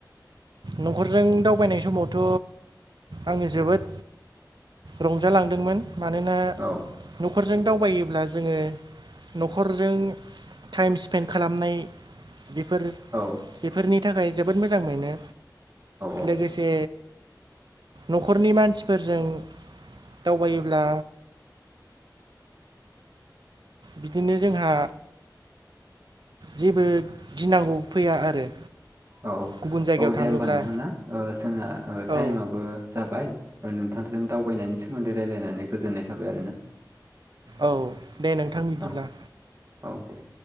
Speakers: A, on the right; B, on the right.
A: न'खरजों दावबायनाय समावथ' आङो जोबोद रंजालांदोंमोन। मानोना
B: औ
A: न'खरजों दावबायोब्ला जोङो न'खरजों टाइम स्पेन्ड खालामनाय बेफोर
B: औ
A: बेफोरनि थाखाय जोबोद मोजां मोनो।
B: औ
A: लोगोसे न'खरनि मानसिफोरजों दावबायोब्ला बिदिनो जोंहा जेबो गिनांगौ फैया आरो।
B: औ
A: गुबुन जायगायाव
B: औ
A: थाङोब्ला
B: दे होमबा नोंथां ना ओ जोंना
A: औ
B: टाइमाबो जाबाय नोंथांजों दावबायनायनि सोमोन्दै रायलायनानै गोजोननाय थाबाय आरो ना।
A: औ दे नोंथां बिदिब्ला।
B: औ औ दे।